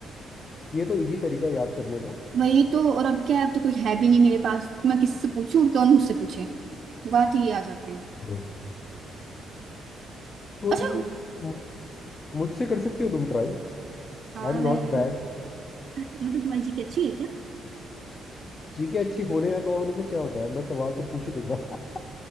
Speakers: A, on the left; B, on the right.
A: ये तो इजी तरीका है याद करने का
B: वही तो और अब क्या है अब तो कोई है भी नहीं मेरे पास मैं किससे पूछूं और कौन मुझसे पूछे बात ही आ जाती है
A: हम्म। कोई
B: अच्छा
A: नहीं मु- मुझसे कर सकते हो तुम try I
B: हाँ
A: am
B: मैं
A: not bad
B: मतलब तुम्हारी जीके अच्छी है क्या
A: G K अच्छी होने या ना होने से क्या होता है मैं सवाल तो पूछ ही दूंगा <laughs>